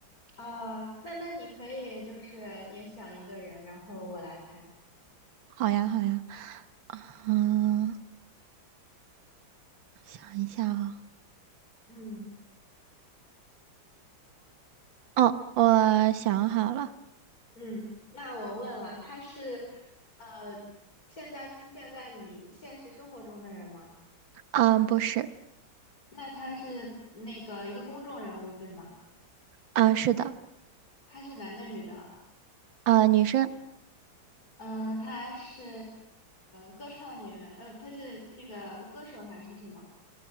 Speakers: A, on the left; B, on the right.
A: 啊，那那你可以就是也想一个人，然后我来猜。
B: 好呀，好呀，嗯，想一下啊，
A: 嗯
B: 哦，我想好了，
A: 嗯，那我问了，他是呃，现在出现在你现实生活中的人吗？
B: 嗯，不是，
A: 那他是那个一个公众人物，对吗？
B: 嗯，是的，
A: 他是男的，女的？
B: 嗯，女生。
A: 嗯、呃他是歌唱演员，呃，他是那个歌手还是什么？